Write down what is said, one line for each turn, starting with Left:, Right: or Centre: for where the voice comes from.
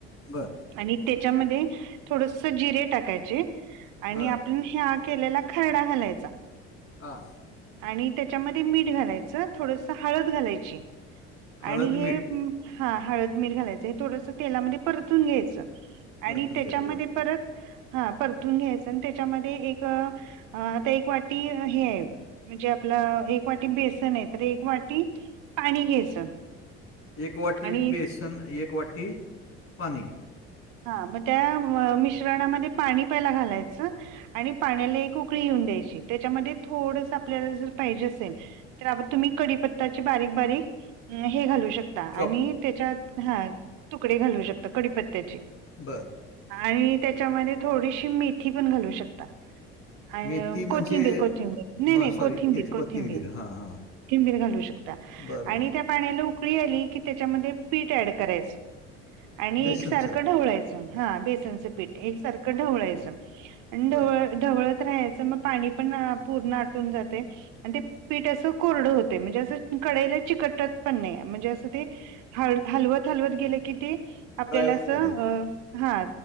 Left: बरं.
Right: आणि त्याच्यामध्ये थोडसं, जिरे टाकायचे आणि
Left: बर
Right: आपण ह्या केलेला खरडा घालायचा.
Left: हां.
Right: आणि त्याच्यामध्ये, मीठ घालायचं, थोडस हळद घालायची
Left: हळद
Right: आणि हे
Left: मीठ
Right: म, हळद मीठ घालायचं, हे थोडसं तेलामध्ये, परतून घ्यायचं
Left: परतून
Right: आणि त्याच्यामध्ये
Left: घ्यायचं बर
Right: परत, हा परतून घ्यायचं, आणि त्याच्यामध्ये एक अ आता एक वाटी हे आहे, म्हणजे आपला एक वाटी बेसन आहे, तर एक वाटी पाणी घ्यायचं.
Left: एक वाटी
Right: आणि
Left: बेसन एक वाटी पाणी.
Right: हा मग त्या मिश्रणामध्ये पाणी पहिला घालायचं, आणि त्या पाण्याला एक उकळी येऊन द्यायची, त्याच्यामध्ये थोडसं आपल्याला जर पाहिजे असेल तर आता तुम्ही कडीपत्ताची बारीक बारीक हे घालू शकता. आणि
Left: चॉप
Right: त्याच्यात हा तुकडे घालू शकता कडीपत्त्याचे.
Left: बरं.
Right: आणि त्याच्यामध्ये थोडीशी मेथी पण घालू शकता. अ
Left: मेथी म्हणजे
Right: कोथिंबीर कोथिंबीर नाही
Left: म
Right: नाही,
Left: सॉरी
Right: कोथिंबीर
Left: तेच
Right: कोथिंबीर. कोथिंबीर
Left: हां हां
Right: घालू शकता,
Left: बरं,
Right: आणि
Left: बरं.
Right: त्या पाण्याला उकळी आली की त्याच्यामध्ये पीठ ऍड करायचं. आणि
Left: बेसनचं
Right: एकसारखं ढवळायचं, हा बेसनचं पीठ एकसारखं ढवळायचं आणि
Left: बरं.
Right: ढवळ ढवळत राहायचं मग पाणी पण पूर्ण आटून जातय. आणि ते पीठ असं कोरडं होतय, म्हणजे अस कढईला चिकटत पण नाही, म्हणजे असं ते ह हलवत हलवत गेलं की ते, आपल्याला
Left: ड्राय होतं
Right: असं,
Left: ते.
Right: हा